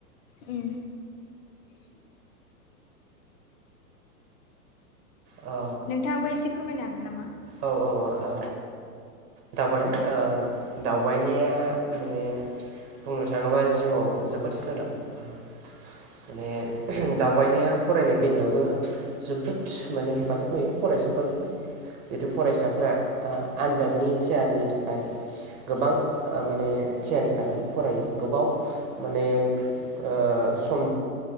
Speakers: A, on the left; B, on the right.
A: उम
B: ओ
A: नोंथाङाबो एसे फोरमायनो हागोन नामा?
B: औ औ औ दावबायनाय ओ दावबायनाया माने बुंनो थाङोबा जिउआव जोबोद गोनां। ओ माने दावबायनाया फरायनाय बेलायावबो जोबोदस माने हेफाजाब होयो फरायसाफोरखौबो। जिथु फरायसाफोरा ओ आनजादनि थियारिनि थाखाय गोबां ओ माने थियारि खालामो फरायो गोबाव माने ओ सम